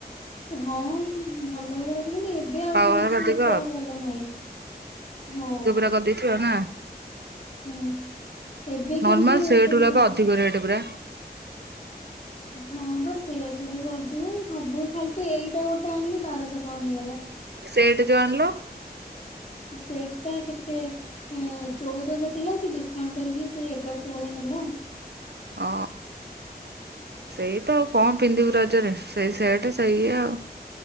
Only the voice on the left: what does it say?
ହଁ ଭଲ ଭଲ କିନ୍ତୁ ଏବେ ଆଉ
କିଛି
ଏତେ ଆଉ ଭଲ ନାହିଁ। ହଁ।
ହୁଁ। ଏବେ
କିନ୍ତୁ
ଏତେ
ଭଲ
ହଁ ବା ସେଟ୍ ଗୁଡା ବି ଅଧିକ, ସବୁ ଖାଲି ତ ଏଇଟା ଗୋଟେ ଆଣିଲି ବାରଶହ ଟଙ୍କା ନେଇଗଲା।
ସେଟ୍ ଟା କେତେ ଏଁ ଚଉଦଶହ ଥିଲା ସେ ଡିସକାଉଣ୍ଟ କରିକି ସେ ଏଗାରଶହ ଭଳିଆ ନେଲା ଆଉ।